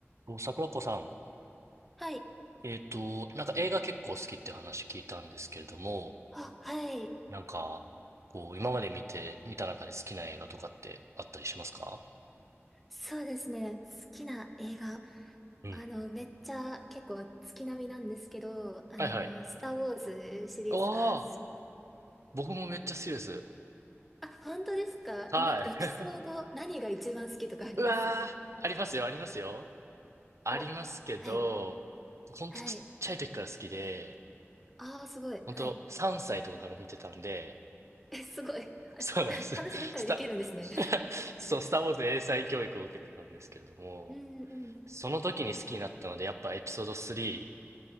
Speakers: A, on the right; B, in the centre.
A: そう桜子さん、
B: はい。
A: えっと、なんか映画結構好きって話聞いたんですけれども、
B: あ、はい。
A: なんか、こう、今まで見て、見た中で好きな映画とかってあったりしますか
B: そうですね。好きな映画。
A: うん。
B: あの、めっちゃ結構月並みなんですけど、あの、
A: はいはい。
B: スター・ウォーズシリーズが好きです。
A: ああ、僕もめっちゃ好きです。
B: あ、本当ですかえ、
A: はい。
B: なんかエピソード、
A: <laughs>
B: 何が一番好きとかあります
A: うわー、ありますよ、ありますよ。ありますけど、
B: お、はい。
A: 本ほんとちっちゃい時から好きで、
B: はい。ああ、すごい。
A: ほんと3歳とかから見てたんで、
B: はい。え、すごい。<laughs>
A: そうなんです。
B: 話でっかいできるんですね。
A: スタ、<laughs> そう、スター・ウォーズ英才教育を受けてたんですけれども、
B: <laughs> うんうん。
A: その時に好きになったので、やっぱエピソード3、